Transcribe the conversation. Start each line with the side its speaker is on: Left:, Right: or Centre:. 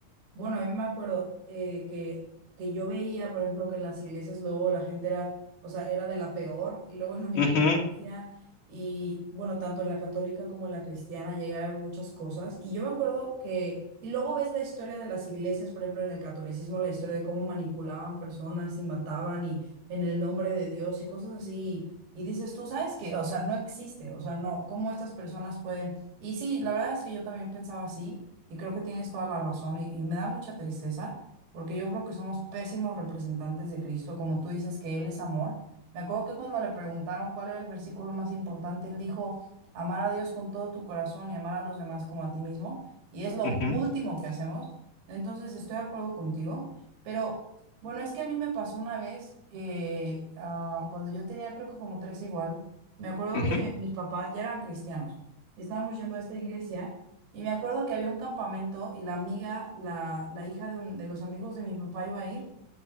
Right: Bueno, a mí me acuerdo eh, que, que yo veía, por ejemplo, que en las iglesias luego la gente era, o sea, era de la peor, y luego en la misma
Left: Ujú,
Right: iglesia, y bueno, tanto en la católica como en la cristiana llega a haber muchas cosas, y yo me acuerdo que, y luego ves la historia de las iglesias, por ejemplo, en el catolicismo, la historia de cómo manipulaban personas y mataban, y en el nombre de Dios, y cosas así, y dices, tú sabes que, o sea, no existe, o sea, no, cómo estas personas pueden, y sí, la verdad es que yo también pensaba así. Y creo que tienes toda la razón y, y me da mucha tristeza porque yo creo que somos pésimos representantes de Cristo, como tú dices que Él es amor. Me acuerdo que cuando le preguntaron cuál era el versículo más importante, Él dijo, amar a Dios con todo tu corazón y amar a los demás como a ti mismo. Y es lo
Left: ujú,
Right: último que hacemos. Entonces estoy de acuerdo contigo, pero bueno, es que a mí me pasó una vez que ah, cuando yo tenía creo que como 13 igual, me acuerdo
Left: ujú,
Right: que mis papás ya eran cristianos. Estábamos yendo a esta iglesia. Y me acuerdo que había un campamento y la amiga, la, la hija de, un- de los amigos de mi papá iba a ir